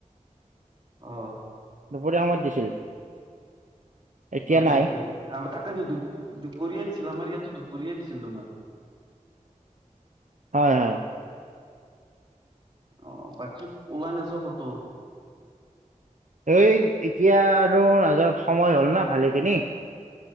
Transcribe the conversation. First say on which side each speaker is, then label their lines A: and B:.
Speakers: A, on the right; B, on the right.
A: অ
B: দুপৰীয়া সময়ত দিছিল। এতিয়া
A: হয়
B: নাই
A: নেকি, আৰু তাতে দু দুপৰীয়াই দিছিল। আমাৰ ইয়াতো দুপৰীয়াই দিছিল তোমাৰ।
B: হয়-হয়।
A: অ, বাকী ওলাই নাযাওঁ কতো?
B: এই এতিয়া আৰু নাযাওঁ, সময় হ'ল না ভালে খিনি।